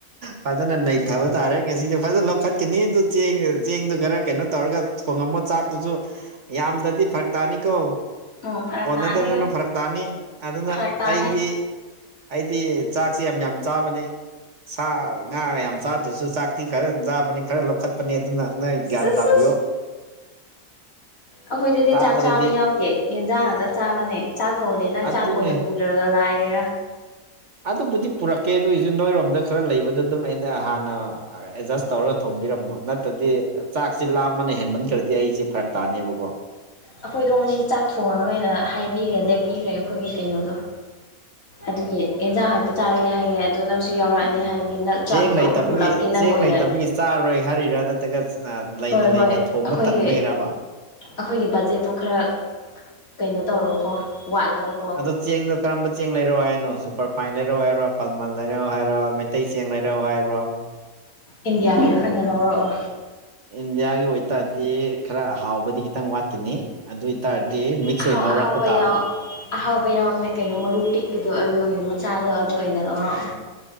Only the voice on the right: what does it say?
ꯐꯖꯅꯥ ꯅꯩꯊꯕ ꯇꯥꯔꯦ ꯉꯁꯤꯗꯤ ꯐꯖꯅꯥ ꯂꯧꯈꯠꯀꯅꯤ ꯑꯗꯨ ꯆꯦꯡ ꯆꯦꯡꯗꯨ ꯈꯔ ꯀꯩꯅꯣ ꯇꯧꯔꯒ ꯊꯣꯡꯉꯝꯃꫭ ꯆꯥꯛꯇꯨꯁꯨ ꯌꯥꯝꯗꯔꯗꯤ ꯐꯔꯛ ꯇꯥꯅꯤꯀꯣ
ꯀꯣꯟꯅꯗꯗꯅ
ꯐꯔꯛ ꯇꯥꯅꯤ ꯑꯗꯨꯅ
ꯑꯩ ꯑꯩꯗꯤ ꯆꯥꯛꯁꯤ ꯌꯥꯝ ꯌꯥꯝ ꯆꯥꯕꯅꯦ ꯁꯥ ꯉꯥ ꯌꯥꯝ ꯌꯥꯝ ꯆꯥꯗ꯭ꯔꯁꯨ ꯆꯥꯛꯇꯤ ꯈꯔ ꯆꯥꯕꯅꯤ ꯈꯔ ꯂꯧꯈꯠꯄꯅꯤ ꯑꯗꯨꯅ ꯅꯣꯏ
ꯒ꯭ꯌꯥꯟ ꯇꯥꯕꯤꯌꯣ꯫
ꯆꯥꯕꯗꯗꯤ
ꯑꯗꯨꯅꯤ
ꯑꯗꯨꯕꯨꯗꯤ ꯄꯨꯔꯛꯀꯦ ꯑꯗꯨ ꯑꫭꯏꯁꯨ ꯅꯣꯏꯔꯣꯝꯗ ꯈꯔ ꯂꯩꯕꯗ ꯑꯗꯨꯝ ꯑꯩꯅ ꯍꯥꯟꯅ ꯑꯦꯗꯖꯁ ꯇꯧꯔꯒ ꯊꯧꯕꯤꯔꯝꯃꯣ ꯅꯠꯇꯗꯤ꯫ ꯆꯥꯛꯁꯤ ꯂꯥꯝꯃꯅꯥ ꯍꯦꯟꯃꯟꯈ꯭ꯔꯗꯤ ꯑꯩꯁꯦ ꯐꯔꯛ ꯇꯥꯅꯦꯕꯀꯣ
ꯆꯦꯡ ꯂꯩꯇꯕꯒꯤ
ꯆꯦꯡ
ꯂꯩꯇꯕꯒꯤ ꯆꯥꯔꯣꯏ ꯍꯥꯏꯔꯤꯔꯥ ꯅꯠꯇ꯭ꯔꯒ ꯑ ꯂꯩꯅ
ꯂꯩꯅ
ꯊꯣꯡꯕ
ꯇꯟꯕꯒꯤꯔꯕꯥ
ꯑꯗꯣ ꯆꯦꯡꯗꫭ ꯀꯔꯝꯕ ꯆꯦꯡ ꯂꯩꯔꯑꯣ ꯍꯥꯏꯅꯣ ꯁꯨꯄꯔ ꯐꯥꯏꯟ ꯂꯩꯔꯑꯣ ꯍꯥꯏꯔꯣ ꯄꯥꯜꯃꯟ ꯂꯩꯔꯑꯣ ꯍꯥꯏꯔꯣ ꯃꯩꯇꯩ ꯆꯦꯡ ꯂꯩꯔꯎ ꯍꯥꯏꯕꯔꯣ
ꯏꯟꯗꯤꯌꯥꯒꯤ ꯑꯣꯏꯇꯥꯔꯗꯤ ꯈꯔ ꯍꯥꯎꯕꯗꯤ ꯈꯤꯇꯪ ꯋꯥꯠꯀꯅꯤ꯫ ꯑꯗꯨ ꯑꯣꯏꯇꯥꯔꯗꯤ ꯃꯤꯛꯁ
ꯑꯣꯏꯅ ꯂꯧꯔꯛꯄ
ꯇꯥꯕ꯫